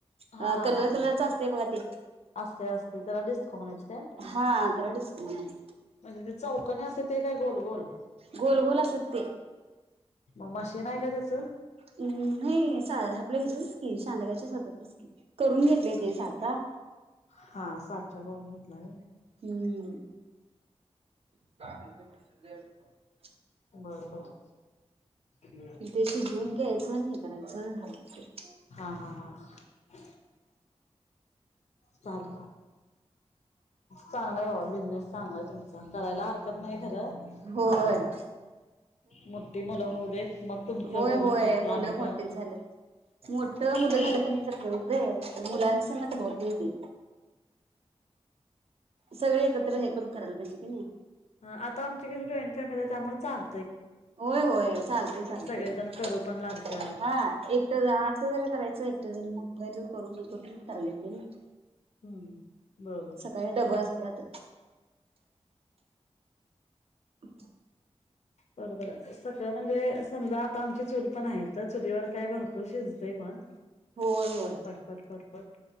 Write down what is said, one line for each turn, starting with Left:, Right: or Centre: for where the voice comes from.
Left: हा
Right: अ
Left: हा
Right: कलर
Left: हा
Right: कलरच असते बघा ते
Left: असतय असतय त्याला डिस्को म्हणयच काय
Right: हा त्याला डिस्को म्हणायचं
Left: म्हणजे चौकने असते ते काय गोल गोल
Right: गोल गोल असतात ते
Left: म मशी हे नाही काय त्याचं
Right: हम्म नाही आपलं ह्याच्याच कि सांडगाच्या होतातच की करून घेतले ते साचा
Left: हा साठ तळून घेतलाये.
Right: हम्म <unintelligible> <inaudible>
Left: बर बर हं.
Right: ते शिजवून घ्यायचं आणि हे करायचं हातचं
Left: हा हा हा हा चाललं. चांगलाय बघा बिझनेस चांगलाय तुमच. करायला हरकत नाही खरं
Right: होय
Left: आम्हाला पण मोठठी मुलं होऊ देत मग तुमचं
Right: होय
Left: बघून
Right: होय
Left: करतो
Right: मुलं
Left: आम्ही पण
Right: मोठीेच झालेत. मोठ मुलं
Left: हो
Right: झालं कनई जरा होतय पण मुलांन संगट होत नाई ते सगळी एकत्र हे करून करायला पाहिजे. ह.
Left: ह आता आमची कशी जॉईंट फॅमिली आहे त्यामुळे चाल
Right: होय होय चालतयं चालतयं
Left: सगळेजण करू पण लागतात
Right: हा एकट जरा आतलं जरा करायचं एकटं जण मग तर करून हे होत नाई करायला येताय नाई.
Left: हम्म. बरोबर
Right: सकाळी डब असत्यात. हम.
Left: बरोबर आहे सकाळ म्हणजे समजा आता आमची चूल पण आहे तर चुलीवर काय भरपूर शिजतय पण
Right: होय होय
Left: पटपट पटपट